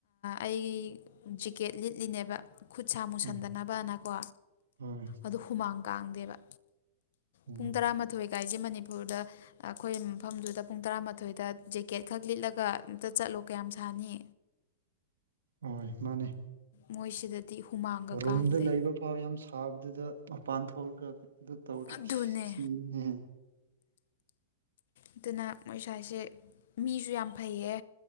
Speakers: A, on the left (about 65°); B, on the right (about 75°).
A: ꯑꯩ ꯇꯤꯀꯦꯠ ꯂꯤꯠꯂꯤꯅꯦꯕ ꯈꯨꯠ ꯁꯥ ꯃꯨꯁꯟꯗꯅꯕꯅꯀꯣ
B: ꯎꯝ ꯍꯣꯏ
A: ꯑꯗꯨ ꯍꯨꯃꯥꯡ ꯀꯥꯡꯗꯦꯕ
B: ꯎꯝ
A: ꯄꯨꯡ ꯇꯔꯥꯃꯥꯊꯣꯏ ꯀꯥꯏꯁꯦ ꯃꯅꯤꯄꯨꯔꯗ ꯑꯩꯈꯣꯏ ꯃꯐꯝꯗꯨꯗ ꯄꯨꯡ ꯇꯔꯥꯃꯥꯊꯣꯏ ꯑ ꯖꯦꯀꯦꯠ ꯈꯛ ꯂꯤꯠꯂꯒ ꯑꯝꯇ ꯆꯠꯂꯣ ꯀꯌꯥꯝ ꯁꯥꯅꯤ
B: ꯑꯣꯏ ꯃꯥꯅꯦ
A: ꯃꯣꯏꯁꯤꯗꯗꯤ ꯍꯨꯃꯥꯡꯒ
B: ꯔꯨꯝꯗ
A: ꯀꯥꯡꯗꯦ
B: ꯂꯩꯕ ꯐꯥꯎ ꯌꯥꯝ ꯁꯥꯕꯗꯨꯗ ꯃꯄꯥꯟ ꯊꯣꯛꯂꯒ ꯑꯗꯨ ꯇꯧꯔꯤ
A: ꯑꯗꯨꯅꯦ
B: ꯁꯤꯅꯦ
A: ꯑꯗꯨꯅ ꯃꯣꯏ ꯏꯁꯁꯦ ꯃꯤꯁꯨ ꯌꯥꯝ ꯐꯩꯌꯦ